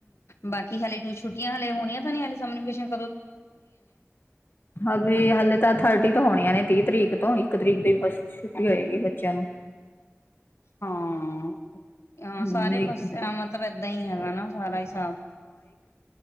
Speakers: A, on the left; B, on the left.
A: ਬਾਕੀ ਹਲੇੇ ਤੂੰ ਛੁੱਟੀਆਂ ਹਲੇ ਹੋਣੀਆਂ ਬਣੀੇ ਸਕੇਸ਼ਨ
B: ਹ ਵੀੀ ਹਲੇ ਤਾਂ ਥਰਟੀ ਤੋਂ ਹੋਣੀਆਂ ਨੇ ਤੀਹ ਤਰੀਕ ਤੋਂ ਇੱਕ ਤਰੀਕ ਦੀ ਬਸ ਛੁੱਟੀ ਹੋਏਗੀ ਬੱਚਿਆਂ ਨੂੰ
A: ਹਾਂ। ਹਾਂ
B: ਹਮ
A: ਸਾਰੇ
B: ਇੱਕ
A: ਪਾਸਿਆ ਮਤਲਬ ਏਦਾਂ ਹੀ ਹੈਗਾ ਨਾ ਸਾਰਾ ਹਿਸਾਬ